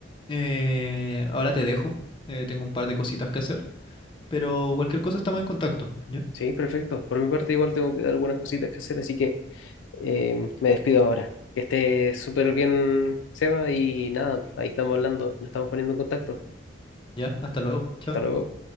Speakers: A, on the left (about 25°); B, on the left (about 80°).
A: Eh, ahora te dejo. Eh, tengo un par de cositas que hacer. Pero cualquier cosa estamos en contacto. Ya,
B: Sí, perfecto. Por mi parte igual tengo que- algunas cositas que hacer, así que eh, me despido ahora. Que esté súper bien, Seba, y nada, pues, ahí estamos hablando, nos estamos poniendo en contacto.
A: ya, hasta luego. Chao.
B: Hasta luego.